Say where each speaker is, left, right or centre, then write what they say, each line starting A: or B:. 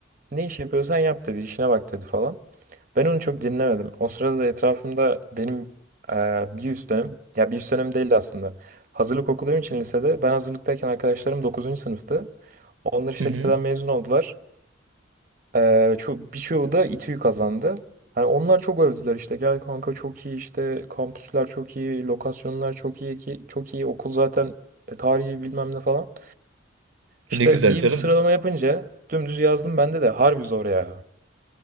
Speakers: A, on the right; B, on the right.
A: Ne iş yapıyorsan yap dedi. işine bak dedi falan. Ben onu çok dinlemedim. O sırada da etrafımda benim eee, bir üst dönem, ya bir üst dönem değil aslında. Hazırlık okuduğum için lisede ben hazırlıktayken arkadaşlarım dokuzuncu sınıftı. Onlar işte
B: Hı hı.
A: liseden mezun oldular. Ee, çok birçoğu da İTÜ'yü kazandı. Hani onlar çok övdüler işte gel kanka çok iyi işte kampüsler çok iyi, lokasyonlar çok iyi ki çok iyi okul zaten e, tarihi bilmem ne falan. İşte
B: E ne güzel
A: iyi
B: canım.
A: bir sıralama yapınca dümdüz yazdım bende de harbi zor ya.